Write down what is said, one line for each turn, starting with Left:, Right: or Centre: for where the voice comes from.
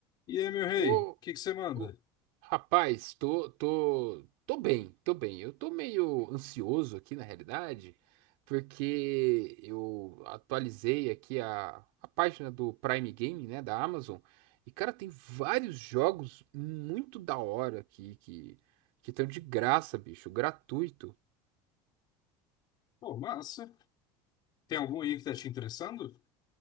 Left: E aí, meu rei,
Right: Ô,
Left: o que que você manda?
Right: ô, rapaz, tô, tô, tô bem, tô bem. Eu tô meio ansioso aqui, na realidade, porque eu atualizei aqui a, a página do Prime Game, né, da Amazon. E, cara, tem vários jogos muito da hora aqui que que estão de graça, bicho, gratuito.
Left: Pô, massa. Tem algum aí que tá te interessando?